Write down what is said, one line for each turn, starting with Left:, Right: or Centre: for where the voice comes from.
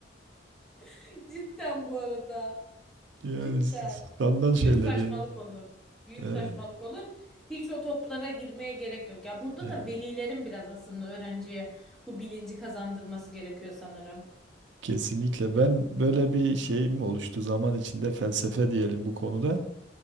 Centre: <laughs> Cidden bu arada.
Right: Yani
Centre: Cidden.
Right: skandal şeyler
Centre: Büyük saçmalık
Right: yani.
Centre: olur. Büyük
Right: Evet,
Centre: saçmalık olur. Hiç o toplara girmeye gerek yok. Ya burada
Right: evet.
Centre: da velilerin biraz aslında öğrenciye bu bilinci kazandırması gerekiyor sanırım.
Right: Kesinlikle ben böyle bir şeyim oluştu zaman içinde felsefe diyelim bu konuda.